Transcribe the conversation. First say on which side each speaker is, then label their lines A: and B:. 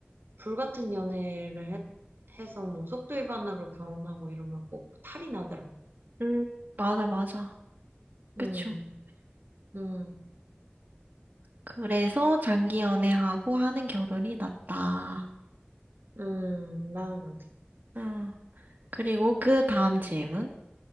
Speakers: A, on the right; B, on the right.
A: 불같은 연애를 해, 해서 뭐 속도위반으로 결혼하고 이러면 꼭 탈이 나더라고.
B: 음, 맞아, 맞아. 그쵸.
A: 음, 음,
B: 그래서 장기 연애하고 하는 결혼이 낫다.
A: 음, 나는 그렇게.
B: 음, 그리고 그 다음 질문.